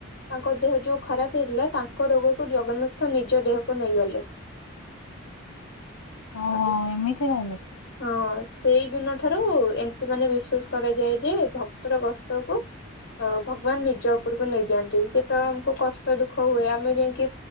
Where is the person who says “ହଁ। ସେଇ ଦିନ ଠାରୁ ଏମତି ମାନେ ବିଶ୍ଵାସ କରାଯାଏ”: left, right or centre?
Left